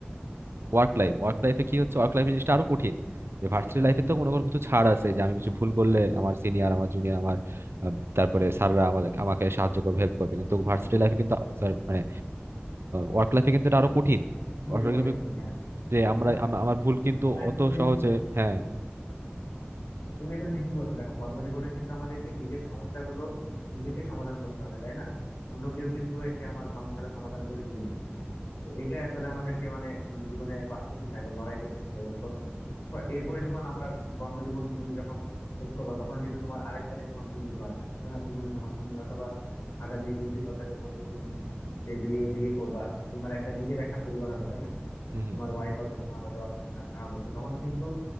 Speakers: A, on the right (about 75°); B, on the left (about 75°).
A: ওয়ার্ক লাইফ ওয়ার্ক লাইফে কি হচ্ছে ওয়ার্ক লাইফে জিনিসটা আরো কঠিন যে ভার্সিটি লাইফে তো মনে করো কিছু ছাড় আছে যে আমি কিছু ভুল করলে আমার সিনিয়র আমার জুনিয়র আমার আহ, তারপরে স্যাররা আমাদের আমাকে সাহায্য করবে হেল্প করবে কিন্তু ভার্সিটি লাইফে কিন্তু sorry, মানে ওয়ার্ক লাইফে কিন্তু এটা আরো কঠিন
B: তোমার
A: ওয়ার্ক
B: জীবনে
A: লাইফে
B: আর কি হ্যাঁ
A: যে আমরা
B: হ্যাঁ
A: আম- আমার ভুল কিন্তু
B: হ্যাঁ
A: অত
B: তুমি
A: সহজে
B: আসলে
A: হ্যাঁ
B: তুমি আসলে ঠিকই বলছো দেখো কর্মজীবনে কিন্তু আমাদেরকে নিজের সমস্যাগুলো নিজেকে সমাধান করতে হবে তাই না অন্য কেউ কিন্তু এসে আমার সমস্যাটা সমাধান করে দিবে না তো এটা আসলে আমাদেরকে মানে মানে জীবনে বাঁচতে শেখায় বা লড়াই করতে শেখায় এরপর বা এরপরে যখন আমরা কর্মজীবন তুমি যখন শেষ করবা তখন কিন্তু তোমার আরেকটা রেসপন্সিবিলিটি বাড়বে তাই না জীবনে দেখো তুমি অথবা আগামী দুই তিন বছরের মধ্যে তুমি যে বিয়ে বিয়ে করবা তোমার একটা নিজের একটা পরিবার হবে তাই না
A: হুম হুম।
B: তোমার ওয়াইফ হবে তোমার অথবা বাচ্চা কাচ্চা হবে তো তখন কিন্তু